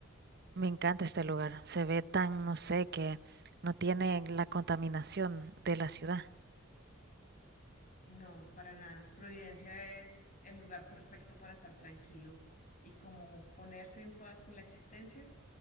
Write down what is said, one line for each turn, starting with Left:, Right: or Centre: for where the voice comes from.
Right: Me encanta este lugar. Se ve tan, no sé, que no tiene la contaminación de la ciudad.
Left: No, para nada. Providencia es el lugar perfecto para estar tranquilo y como ponerse en paz con la existencia.